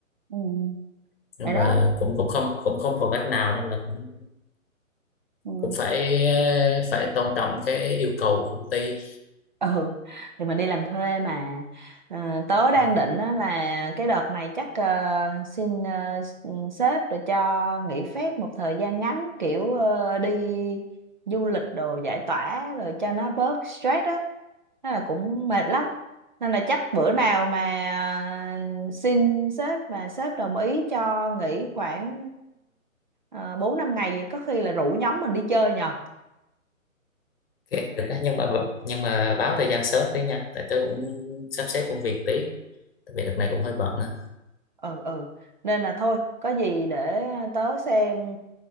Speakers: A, on the right; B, on the left.
A: ừ
B: nhưng
A: Vậy
B: mà
A: đó
B: cũng cũng không cũng không còn cách nào nên là cũng,
A: ừ
B: cũng phải ờ, phải tôn trọng cái yêu cầu của công ty
A: ừ thì mình đi làm thuê mà Ờ, tớ đang
B: Ừ.
A: định á là cái đợt này chắc ờ, xin ờ, s- ừ, sếp để cho nghỉ phép một thời gian ngắn kiểu ờ, đi du lịch đồ giải tỏa rồi cho nó bớt stress á Thế là cũng mệt lắm nên là chắc bữa nào mà ờ, xin sếp mà sếp đồng ý cho nghỉ khoảng uh, 4 5 ngày vậy có khi là rủ nhóm mình đi chơi nhờ
B: ok được đó. nhưng mà nhưng mà báo thời gian sớm tí nha tại tớ cũng sắp xếp công việc tí tại vì đợt này cũng hơi bận á
A: ừ ừ nên là thôi có gì để tớ xem